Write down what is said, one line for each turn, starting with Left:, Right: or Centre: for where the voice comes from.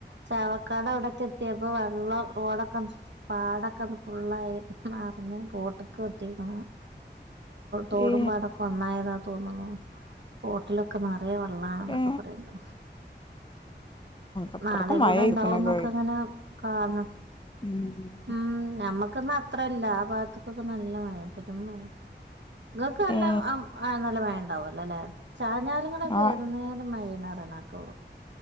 Right: ചാവക്കാടവിടെക്കെത്തിയപ്പോ വെള്ളം റോഡക്കം പാടക്കെ ഫുള്ളായി നറഞ്ഞ് പോട്ട് <unintelligible> തോടും തോടുംപാടോക്ക
Left: ഏ
Right: ഒന്നായീന്നാ തോന്നുണു റോട്ടിലൊക്ക നറയെ വെള്ളാണെന്നാ
Left: ഏ
Right: ക്കെ പറയണ്ട്
Left: അത്രക്കും
Right: നാളേകൂടെ
Left: മഴയിരിക്കണല്ലേ
Right: ഇണ്ടാവുന്നക്കങ്ങന കാണാം
Left: ഉം
Right: ഉം നമ്മക്കൊന്നും അത്രെല്ല ആ ഭാഗത്തുക്കൊക്കെ നല്ല മയ പെരും മയ ഇങ്ങക്കെല്ലാം
Left: ഏ
Right: അം ആ നല്ല മയണ്ടാവോല്ലാല്ലെ ചാഞ്ഞാലങ്ങളൊക്ക
Left: ആ
Right: ഏതുനേരോം മഴേണ് ണറയണകേക്കാ